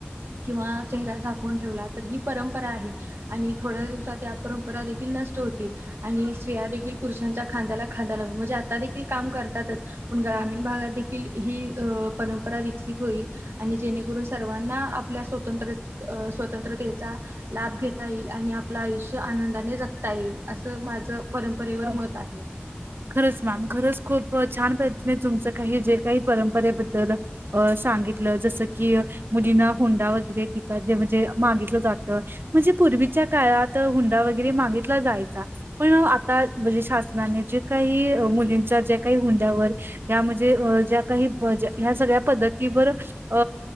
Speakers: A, on the right; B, on the right.
A: किंवा चेहरा झाकून ठेवलात. तर ही परंपरा आहे, आणि थोड्या दिवसात या परंपरा देखील नष्ट होतील, आणि स्त्रिया देखील पुरुषांच्या खांद्याला खादा लाऊन म्हणजे आता देखील काम करतातच पण ग्रामीण भागात देखील ही परं परा विकसित होईल आणि जेणेकरून सर्वांना आपल्या स्वतंत्र स्वतंत्रतेचा लाभ घेता येईल आणि आपलं आयुष्य आनंदाने जगता येईल असं माझं परंपरेवर
B: अ
A: मत आहे
B: खरंच मॅम खरंच खूप छान प्रयत्न आहे तुमचं काही जे काही परंपरेबद्दल अ सांगितलं जसं की मुलींना हुंडा वगैरे देतात जे म्हणजे मागितलं जातं म्हणजे पूर्वीच्या काळात हुंडा व वगैरे मागीत ला जायचा पण आता म्हणजे शासनाने जे काही मुलींच्या ज्या काही हुंडयावर या म्हणजे ज्या काही ह्या सगळ्या पद्धतीवर अ